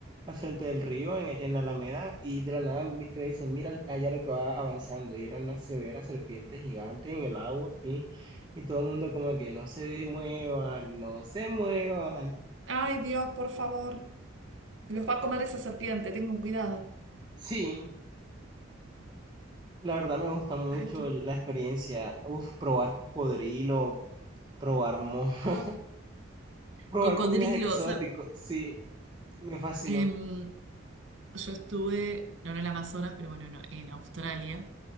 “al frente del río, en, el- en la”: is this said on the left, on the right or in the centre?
Right